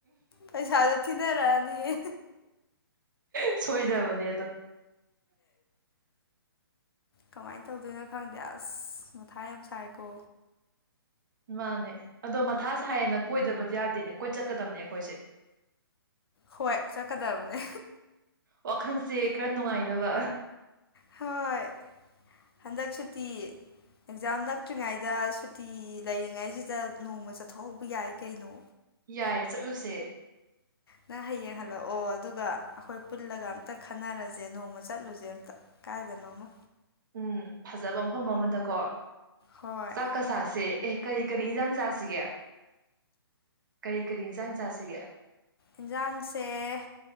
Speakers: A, on the left; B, on the right.
A: ꯄꯩꯁꯥꯁꯨ ꯊꯤꯅꯔꯛꯑꯅꯤꯌꯦ
B: ꯁꯣꯏꯗ꯭ꯔꯕꯅꯦ ꯑꯗꯣ
A: ꯀꯃꯥꯏꯅ ꯇꯧꯗꯣꯏꯅꯣ ꯈꯪꯗꯦ ꯑꯁ ꯃꯊꯥ ꯌꯥꯝ ꯁꯥꯏꯀꯣ
B: ꯃꯥꯅꯦ ꯑꯗꯣ ꯃꯊꯥꯁꯦ ꯍꯥꯏꯌꯦꯦꯅ ꯀꯣꯏꯗꯕꯗꯤ ꯌꯥꯗꯦꯅꯦ ꯀꯣꯏ ꯆꯠꯀꯗꯕꯅꯦ ꯑꯩꯈꯣꯏꯁꯦ
A: ꯍꯣꯏ ꯆꯠꯀꯗꯕꯅꯦ
B: ꯋꯥꯈꯜꯁꯦ ꯈꯔ ꯅꯨꯡꯉꯥꯏꯅꯕ
A: ꯍꯣꯏ ꯍꯟꯗꯛ ꯁꯨꯇꯤ ꯑꯦꯛꯖꯥꯝ ꯅꯛꯇ꯭ꯔꯤꯉꯩꯗ ꯁꯨꯇꯤ ꯂꯩꯔꯤꯉꯩꯁꯤꯗ ꯅꯣꯡꯃ ꯆꯠꯊꯣꯛꯍꯧꯕ ꯌꯥꯏ ꯀꯩꯅꯣ
B: ꯌꯥꯏꯌꯦ ꯆꯠꯂꯨꯁꯦ
A: ꯅꯪ ꯍꯌꯦꯡ ꯍꯜꯂꯛꯑꯣ ꯑꯗꯨꯒ ꯑꯩꯈꯣꯏ ꯄꯨꯜꯂꯒ ꯑꯝꯇ ꯈꯟꯅꯔꯁꯦ ꯅꯣꯡꯃ ꯆꯠꯂꯨꯁꯦ ꯑꯝꯇ ꯀꯥꯏꯗꯅꯣꯃ
B: ꯎꯝ ꯐꯖꯕ ꯃꯐꯝ ꯑꯃꯗꯀꯣ
A: ꯍꯣꯏ
B: ꯆꯥꯛꯀ ꯆꯥꯁꯦ ꯑꯦ ꯀꯔꯤ ꯀꯔꯤ ꯏꯟꯁꯥꯡ ꯆꯥꯁꯤꯒꯦ ꯀꯔꯤ ꯀꯔꯤ ꯏꯟꯖꯥꯡ ꯆꯥꯁꯤꯒꯦ
A: ꯌꯦꯟꯖꯥꯡꯁꯦ